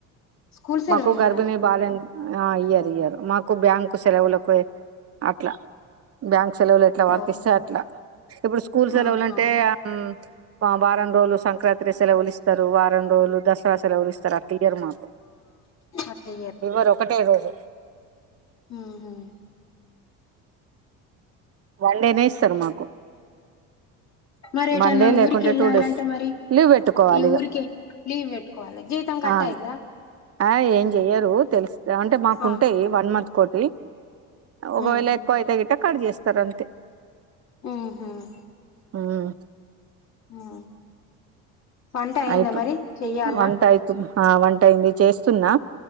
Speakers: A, on the left; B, on the right.
A: స్కూల్ సెలవులు
B: మాకు
A: ఇయ్యరా
B: గర్భిని బాల ఇయ ఇ్యరు మాకు బ్యాంకు సెలవులు కూడా అట్లా బ్యాంక్ సెలవులు ఎట్లా వర్తిస్తాయి
A: ఓ
B: అట్లా ఇప్పుడు స్కూల్స్ సేలవాలంటే
A: ఆహా
B: ఉమ్ పా వారం రోజులు సంక్రాంతి సెలవులు ఇస్తారు వారం రోజుల దసరా సేవలు ఊ ఇస్తారు ఇయర్ మాకు
A: అట్లా
B: ఈవరు ఒకటే రోజు
A: హ హ్మ్
B: వన్ డేనే ఇస్తారు మాకు
A: మరి ఏటన్నా
B: వన్ డే
A: ఊరిక
B: లేకుంటే
A: వెళ్ళాలంటే
B: టూ డేస్
A: మరి
B: లీవ్ పెట్టుకోవాలి
A: ఈ
B: ఇగ
A: ఊరికే లీవ్ పెట్టుకోవాలి జీతం కట్టయితదా
B: ఆ ఆ ఏం చెయ్యరు తెలుసు అంటే మాకు
A: ఆ
B: ఉంటేయి వన్ మంత్ కోటి ఒకవేళ
A: ఉమ్
B: ఎక్కువ అవుతే ఎక్కడ చేస్తారు అంతే
A: ఉమ్ హ్మ్
B: ఉమ్
A: ఆ వంట అయిందా
B: అయితు
A: మరి చెయ్యాలనా
B: వంట అయితు ఆ వంటయింది చేస్తున్నా